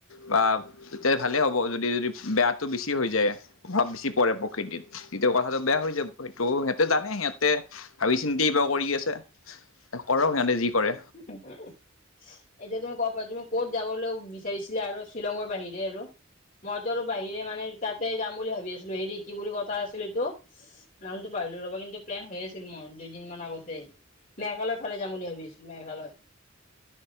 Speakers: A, on the left; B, on the left.
A: বা <unintelligible> ভালেই হ'ব। যদি যদি বেয়াটো বেছি হৈ যায় প্ৰভাৱ বেছি পৰে প্ৰকৃতিত তেতিয়া কথাটো বেয়া হৈ যাব। সেইটো <unintelligible> সিহঁতে জানে, সিহঁতে ভাবি চিন্তি কিবা কৰি আছে কৰক সিহঁতে যি কৰে।
B: <inaudible> এতিয়া তুমি ক'ব পাৰ তুমি ক'ত যাবলৈ বিচাৰিছিলা আৰু শ্বিলঙৰ বাহিৰে আৰু মইতো আৰু বাহিৰে মানে তাতে যাম বুলি ভাবি আছিলো হেৰি কি বুলি কথা আছিল এইটো নামতটো পাৰিলো ৰ'বা কিন্তু প্লেন হৈ আছিল মোৰ দুইদিন মমান আগতে মেঘালয় ফালে যাম বুলি ভাবি মেঘালয়।